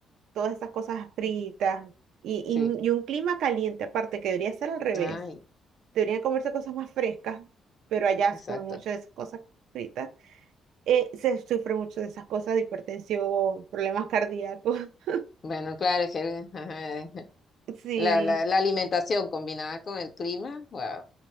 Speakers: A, on the right (about 75°); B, on the left (about 45°).
A: todas esas cosas fritas y, y
B: sí.
A: un y un clima caliente aparte, que debería ser al revés.
B: Ay,
A: Deberían comerse cosas más frescas, pero allá
B: exacto.
A: se comen mucho de esas cosas fritas. Eh, se sufre mucho de esas cosas, de hipertensión, problemas cardíacos. <laughs>
B: Bueno, claro, es que ajá,
A: Sí.
B: la, la, la alimentación combinada con el clima, wow.